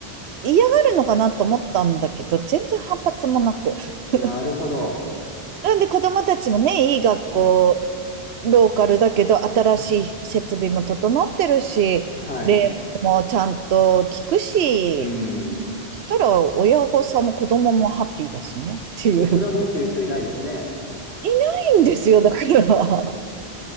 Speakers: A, on the right (about 80°); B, on the left (about 85°).
A: 嫌がるのかなと思ったんだけど、全然反発もなく。<laughs>
B: なるほど。
A: なんで子供たちもね、いい学校、
B: うん。
A: ローカルだけど、新しい設備も整ってるし、
B: はい。はい。
A: 礼服もちゃんと聞くし、
B: うん。
A: そしたら親御さんも子供もハッピーだしねっていう。
B: もうそれは文句言う人いないですね。
A: <laughs> いないんですよ、だから。
B: は